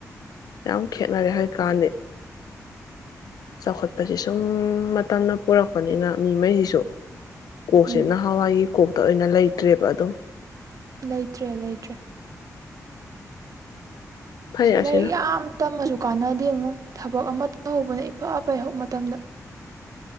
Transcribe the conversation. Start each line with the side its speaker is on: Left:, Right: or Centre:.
Left: ꯌꯥꯝ ꯈꯦꯠꯅꯔꯦ ꯍꯥꯏ ꯀꯥꯟꯗꯦ ꯆꯥꯎꯈꯠꯄꯁꯦ ꯁꯨꯝ ꯃꯇꯝꯅ ꯄꯨꯔꯛꯄꯅꯤꯅ ꯃꯤ ꯃꯩꯁꯤꯁꯨ ꯀꯣꯛꯁꯤ
Right: ꯎꯝ
Left: ꯅꯍꯋꯥꯏꯒꯤ ꯀꯣꯛꯇ ꯑꯣꯏꯅ ꯂꯩꯇ꯭ꯔꯦꯕ ꯑꯗꯨꯝ
Right: ꯂꯩꯇ꯭ꯔꯦ ꯂꯩꯇ꯭ꯔꯦ
Left: ꯐꯩ
Right: ꯂꯥꯏꯔꯤꯛ
Left: ꯑꯁꯤꯅ
Right: ꯌꯥꯝ ꯇꯝꯃꯁꯨ ꯀꯥꯟꯅꯗꯦ ꯉꯣ ꯊꯕꯛ ꯑꯃ ꯇꯍꯧꯕꯅ ꯏꯐ ꯐꯩ ꯍꯧ ꯃꯇꯝꯗ